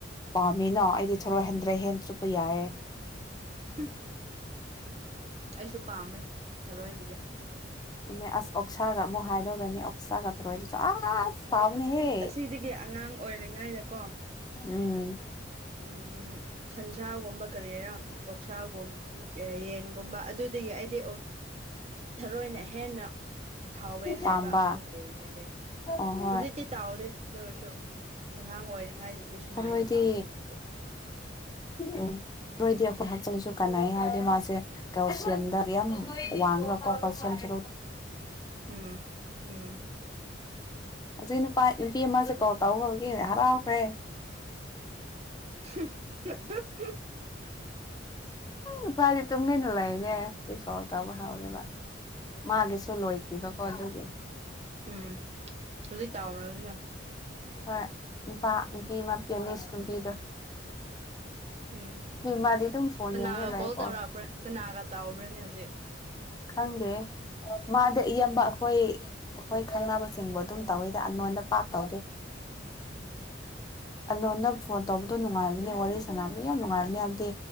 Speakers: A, on the left; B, on the right.
A: ꯄꯥꯝꯃꯤꯅ ꯑꯩꯗꯤ ꯊꯣꯔꯣꯏ ꯍꯟꯗ꯭ꯔꯦ ꯍꯦ ꯆꯨꯞꯄ ꯌꯥꯏ
B: ꯍꯝ ꯑꯩꯁꯨ ꯄꯥꯝꯃꯦ ꯊꯔꯣꯏꯕꯨꯗꯤ
A: ꯑꯗꯨꯅꯦ ꯑꯁ ꯑꯣꯛꯁꯥꯒ ꯑꯃꯨꯛ ꯍꯥꯏ ꯂꯧꯧꯔꯅꯤ ꯑꯣꯛꯁꯥꯒ ꯊꯧꯔꯣꯏ ꯑ ꯇꯃꯅꯤ ꯍꯦ
B: ꯑꯁꯤꯗꯒꯤ ꯑꯉꯥꯡ ꯑꯣꯏꯔꯤꯉꯩꯗꯀꯣ
A: ꯎꯝ
B: ꯎ ꯁꯟꯁꯥꯒꯨꯝꯕ ꯀꯔꯤꯔꯥ ꯑꯣꯛꯁꯥꯒꯨꯝ ꯌꯦꯟꯒꯨꯝꯕ ꯑꯗꯨ ꯑꯗꯨꯗꯒꯤ ꯑꯩꯗꯤ ꯊꯔꯣꯏꯅ ꯍꯦꯟꯅ ꯍꯥꯎꯋꯦ ꯍꯥꯏꯕ
A: ꯄꯥꯝꯕ
B: ꯑꯃ ꯂꯩꯕꯅꯦ ꯑꯩꯗꯤ
A: ꯑꯣ ꯍꯣꯏ
B: ꯍꯧꯖꯤꯛꯇꯤ ꯇꯥꯎꯗꯦ ꯑꯗꯨ ꯑꯣꯏꯔꯁꯨ ꯑꯉꯥꯡ ꯑꯣꯏꯔꯤꯉꯩꯗꯗꯤ ꯁꯨꯃꯥꯏꯅ
A: ꯊꯔꯣꯏꯗꯤ
B: ꯇꯥꯎꯒꯅꯦ ꯍꯥꯏꯁꯦ
A: ꯎꯝ ꯍꯣꯏꯗꯤ ꯑꯩꯈꯣꯏ ꯍꯛꯆꯥꯡꯁꯨ ꯀꯥꯟꯅꯩ ꯍꯥꯏꯗꯤ ꯃꯥꯁꯦ ꯒꯥꯎꯁꯦꯟꯗ ꯌꯥ
B: ꯎꯝ
A: ꯂꯄꯥ ꯀꯁꯟꯁꯤ
B: ꯎꯝ ꯎꯝ
A: ꯍꯧꯖꯤꯛ ꯅꯨꯄꯥ ꯅꯨꯄꯤ ꯑꯃꯁꯦ ꯀꯣ ꯇꯥꯎꯒꯦ ꯍꯔꯥꯎꯈ꯭ꯔꯦ
B: <inaudible>
A: ꯎ ꯐꯗꯤ ꯇꯨꯝꯃꯤꯟꯅ ꯂꯩꯅꯦ ꯀꯩ ꯀꯣꯜ ꯇꯧꯕ ꯍꯥꯎꯔꯦꯕ ꯃꯥꯒꯤꯦꯁꯨ ꯂꯣꯏꯈꯤꯕ ꯀꯣ ꯑꯗꯨꯦ
B: ꯎꯝ ꯍꯧꯖꯤꯛ ꯇꯥꯎꯔꯅ
A: ꯍꯣꯏ ꯅꯨꯄꯥ ꯅꯨꯄꯤꯃ ꯄꯦꯅꯤꯁ ꯅꯨꯄꯤꯗꯣ
B: ꯎꯝ
A: ꯃꯥꯗꯤꯇ ꯐꯣꯟ
B: ꯀꯅꯥꯒ
A: ꯌꯥꯏꯅ ꯂꯑ
B: ꯀꯣꯜ
A: ꯀꯣ
B: ꯇꯧꯔꯛꯄ꯭ꯔꯥ ꯀꯅꯥꯒ ꯇꯥꯎꯕ꯭ꯔꯅꯦ ꯍꯧꯖꯤꯛ
A: ꯈꯪꯦ ꯃꯥꯗ ꯏꯌꯥꯝꯕ ꯑꯩꯈꯣꯏ ꯑꯩꯈꯣꯏ ꯈꯪꯅꯕꯁꯤꯡꯕꯨ ꯑꯗꯨꯝ ꯇꯧꯋꯤꯗ ꯅꯣꯟꯗ ꯄꯥꯛ ꯇꯧꯗꯦ
B: ꯎꯝ
A: ꯑꯩꯉꯣꯟꯗ ꯐꯣꯟ ꯇꯧꯕꯗꯣ ꯅꯨꯡꯉꯥꯏꯕꯅꯦ ꯋꯥꯔꯤ ꯁꯥꯟꯅꯕꯗ ꯌꯥꯝ ꯅꯨꯡꯉꯥꯏꯕꯅꯤ ꯍꯥꯏꯕꯗꯤ